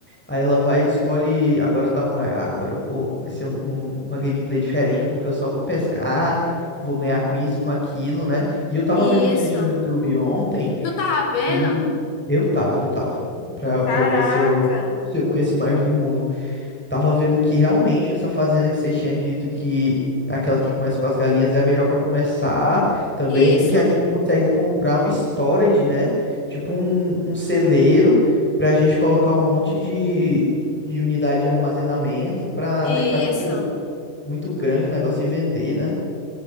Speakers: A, in the centre; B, on the left (about 75°).
A: Aí ela vai e escolhe agora da praia. Ah, agora eu vou. Vai ser um- um- uma gameplay diferente porque eu só vou pescar, vou ganhar com isso, com aquilo, né? E eu tava
B: isso.
A: vendo uns vídeos no YouTube ontem
B: Tu tá vendo?
A: que eu tava, eu tava, pra,
B: Caraca,
A: pra eu ver se eu, se eu conheço mais do mundo. Tava vendo que realmente essa fazenda que você tinha dito que é aquela que começa com as galinhas é a melhor pra começar também
B: isso,
A: e que a gente consegue comprar um storage, né? Tipo um, um celeiro pra gente colocar um monte de, de unidade de armazenamento pra
B: isso.
A: deixar tipo muito grande o negócio e vender, né?